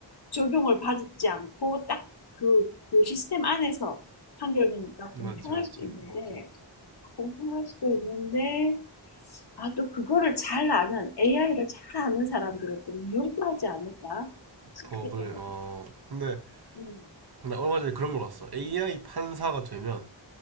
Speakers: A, on the left (about 60°); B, on the right (about 55°).
A: 적용을 받지 않고, 딱 그, 그 시스템 안에서 판결되니까
B: 맞지,
A: 공평할
B: 맞지.
A: 수도 있는데, 공평할 수도 있는데, 아, 또 그거를 잘 아는, AI를 잘 아는 사람들은 또 위험하지 않을까 싶기도
B: 법을,
A: 해.
B: 어, 근데,
A: 음,
B: 나 얼마 전에 그런 걸 봤어. AI 판사가 되면